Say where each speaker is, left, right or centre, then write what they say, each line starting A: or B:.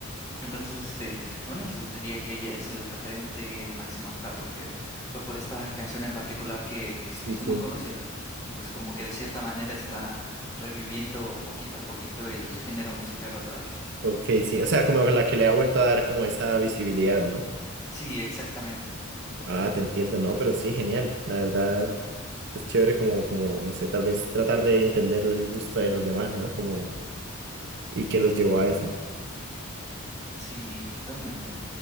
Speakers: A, on the left; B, on the right.
A: Entonces, este, bueno, entonces diría que ella es el referente máximo actual porque fue por esta canción en particular que, que se
B: sí.
A: hizo muy conocida y pues como que de cierta manera está reviviendo poquito a poquito el género musical otra vez.
B: Ok, sí, o sea, como la que le ha vuelto a dar como esa visibilidad, ¿no?
A: Sí, exactamente.
B: Ah, te entiendo, no, pero sí, genial. La verdad, es chévere como, como, no sé, tal vez tratar de entender el gusto de los demás, ¿no? Como, y qué los llevó a eso.
A: Sí, totalmente.